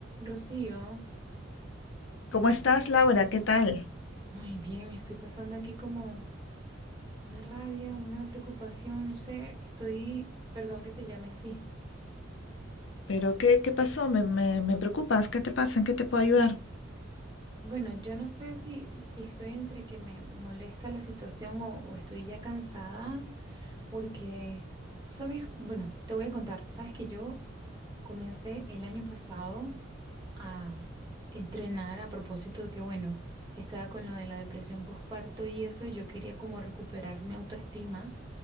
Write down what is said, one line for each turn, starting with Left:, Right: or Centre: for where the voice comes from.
Right: Rocío,
Left: ¿Cómo estás, Laura? ¿Qué tal?
Right: muy bien, estoy pasando aquí como una rabia, una preocupación, no sé, estoy, perdón que te llame así.
Left: ¿Pero qué, qué pasó? Me, me- me preocupas. ¿Qué te pasa? ¿En qué te puedo ayudar?
Right: Bueno, yo no sé si, si estoy entre que me molesta la situación o, o estoy ya cansada, porque, sabes, bueno, te voy a contar, sabes que yo Comencé el año pasado a entrenar a propósito de que, bueno, estaba con lo de la depresión postparto y eso, y yo quería como recuperar mi autoestima